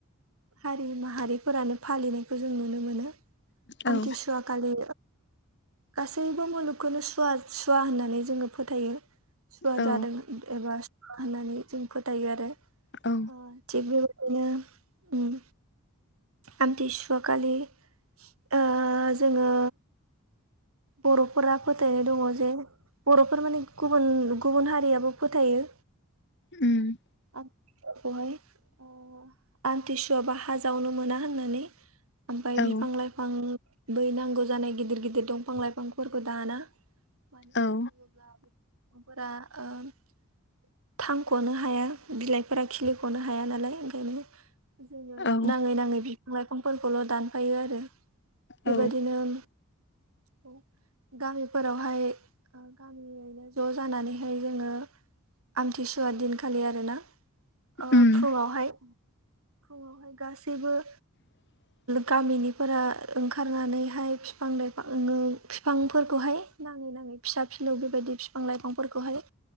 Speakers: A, on the right; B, on the left.
A: हारि माहारिफोरानो फालिनायखौ जों नुनो मोनो
B: औ
A: आमथिसुवा खालि गासैबो मुलुगखौनो सुवा सुवा होननानै जोङो फोथायो। सुवा
B: औ
A: जादों एबा सुवा होननानै जों फोथायो आरो।
B: औ‌।
A: ओ थिग बेबायदिनो उम आमथिसुवा खालि ओ जोङो बर'फोरा फोथायनाय दङ जे बर'फोर माने गुबुन गुबुन हारियाबो फोथायो।
B: उम
A: बेहाय आ आमथिसुवाबा हा जावनो मोना होननानै ओमफाय बिफां
B: औ
A: - लाइफां बै नांगौ जानाय गिदिर - गिदिर दंफां - लाइफांफोरखौ दाना। मानो होनना
B: औ
A: बुङोब्ला बे सुबुंफांफोरा ओ <unintelligible> थांख'नो हाया बिलाइफोरा खिलिख'नो हाया नालाय ओंखायनो जोङो
B: औ
A: नाङै - नाङै बिफां - लाइफांफोरखौल' दानफायो आरो। बेबादिनो
B: औ
A: औ गामिफोरावहाय गामियैनो ज' जानानैहाय जोङो आमथिसुवा दिनखालि आरोना ओ
B: उम
A: फुङावहाय फुङावहाय गासैबो
B: <inaudible>
A: गामिनिफोरा ओंखारनानैहाय फिफां- लाइफां ओङो फिफांफोरखौहाय नाङै -नाङै फिसा फिलौ बेबायदि फिफां लाइफांफोरखौहाय